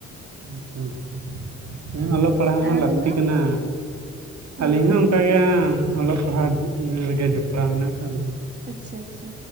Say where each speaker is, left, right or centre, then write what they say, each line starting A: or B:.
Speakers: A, on the right; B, on the right.
A: ᱟᱪᱪᱷᱟ ᱟᱪᱪᱷᱟ ᱦᱮᱸ ᱚᱞᱚᱜ ᱯᱟᱲᱦᱟᱣ
B: ᱟᱨ
A: ᱦᱚᱸ
B: ᱟᱵᱮᱱ
A: ᱞᱟᱹᱠᱛᱤ
B: ᱫᱚ
A: ᱠᱟᱱᱟ
B: ᱦᱳᱭ
A: ᱟᱹᱞᱤᱧ ᱦᱚᱸ ᱚᱱᱠᱟᱜᱮ ᱦᱟᱜ ᱚᱞᱚᱜ ᱯᱟᱲᱦᱟᱣ ᱨᱮᱜᱮ ᱡᱚᱯᱲᱟᱣ ᱢᱮᱱᱟᱜ ᱠᱟᱜ ᱞᱤᱧᱟ
B: ᱟᱪᱪᱷᱟ ᱟᱪᱪᱷᱟ